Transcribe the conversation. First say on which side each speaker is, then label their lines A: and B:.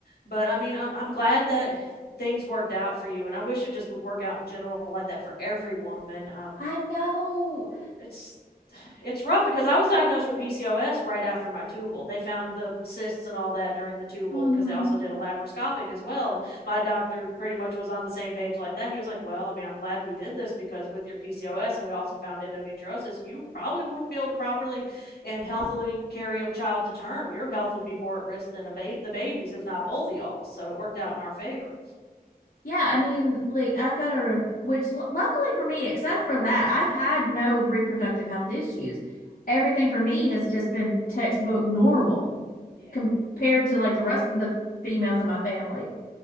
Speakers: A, on the left; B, on the left.
A: But I mean, I'm I'm glad that things worked out for you, and I wish it just would work out in general like that for every woman. Um,
B: I know.
A: it's it's rough because I was diagnosed with PCOS right after my tubal. They found the cysts and all that during the tubal
B: hmm
A: because they also did a laparoscopic as well. And my doctor pretty much was on the same page like that. He was like, Well, I mean, I'm glad we did this because with your PCOS and we also found endometriosis, you probably wouldn't be able to properly and healthily carry a child to term. Your health would be more at risk than a ba- the babies, if not both of y'all. So it worked out in our favor.
B: Yeah, I mean, like, I've got a, which luckily for me, except for that, I've had no reproductive health issues. Everything for me has just been textbook normal
A: Yeah.
B: compared to like the rest of the females in my family.